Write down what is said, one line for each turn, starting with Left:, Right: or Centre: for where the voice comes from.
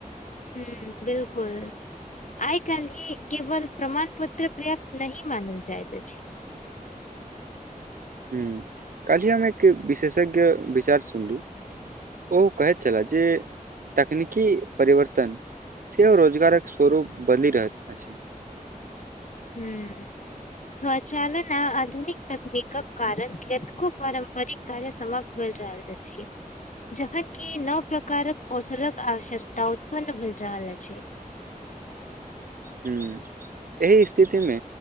Left: ह्म बिल्कुल आय कालही केवल प्रमाणपत्र पर्याप्त नहि मानल जाइत अछी
Right: ह काही हमे एक विशेषज्ञ विचार सुनलु ओहो कहैत छले जे तकनीकी परिवर्तन सेहो रोजगारक स्वरूप बनि रहैत अछि
Left: ह्म स्वचालन आ आधुनिक तकनीकक कारण कतेको पारम्परिक कार्य समाप्त भेल रहल अछि जखन की नव प्रकारक कौशलक आवश्यकता उत्पन्न भ रहल अछि
Right: ह्म एहि स्थिति मे